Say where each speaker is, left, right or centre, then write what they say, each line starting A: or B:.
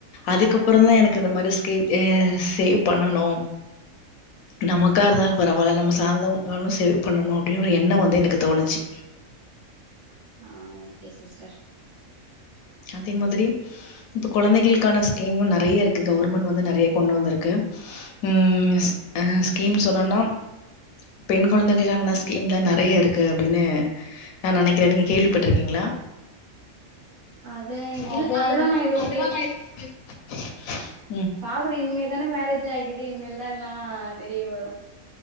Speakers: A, on the left; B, on the right.
A: அதுக்கப்பறந்தா
B: ம்
A: எனக்கு இந்த மாரி கேவ் எ சேவ் பண்ணணு நமக்கா இருந்தாலு பரவால நம்ம சார்ந்தவங்களு <unintelligible> சேவ் பண்ணணு அப்டினு ஒரு எண்ண வந்து எனக்கு தோணுச்சி
B: ஆ ஓகே சிஸ்டர்
A: அதே மாதிரி இப்ப குழந்தைகளுக்கான ஸ்கீமும் நெறைய இருக்குது கவுவர்மெண்ட் வந்து நெறைய கொண்டு வந்திருக்கு ம் அ ஸ்கீம் சொன்னோனா பெண் குழந்தைகளுக்கான ஸ்கீம் தா நெறைய இருக்கு அப்டின்னு நா நெனைக்கிற நீங்கள் கேள்விப்பட்டுருக்கீங்களா
B: அத இல்ல
A: அத
B: அதெல்லா நா எதுவு
A: அதெல்லா நா எப்டி <unintelligible>
B: பாக்கனு இனிமேல் தானே மேரேஜ் ஆகிது இனிமேலதா எல்லா தெரிய வரு